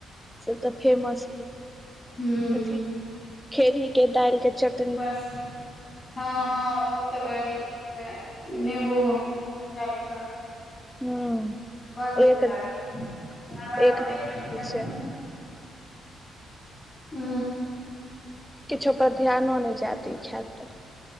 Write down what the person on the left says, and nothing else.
हूँ
बस हँ हँ ओ तऽ बड़ नीक नेबो गाइर कऽ
बड़ नीक
लागल घर
रोटी
खेड़ही
चटनी
हू